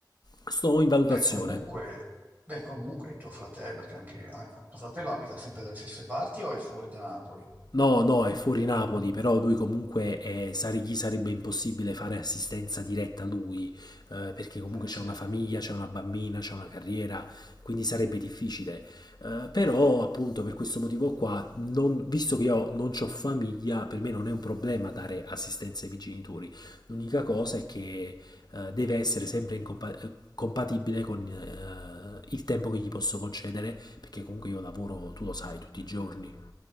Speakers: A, on the left (about 65°); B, on the right (about 25°).
A: Sto in valutazione.
B: Beh, comunque, beh, comunque il tuo fratello, che anche, ah, ah, tuo fratello abita sempre dalle stesse parti o è fuori da Napoli?
A: No, no, è fuori Napoli, però lui comunque è- sare- gli sarebbe impossibile fare assistenza diretta a lui, eh, perché comunque
B: Eh, certo.
A: c'è una famiglia, c'è una bambina, c'è una carriera, quindi sarebbe difficile. Eh, però appunto per questo motivo qua, non- visto che io non ho famiglia, per me non è un problema dare assistenza ai miei genitori. L'unica cosa è che eh, deve essere sempre in compa- eh, compatibile con eh, il tempo che gli posso concedere, perché comunque io lavoro, tu lo sai, tutti i giorni.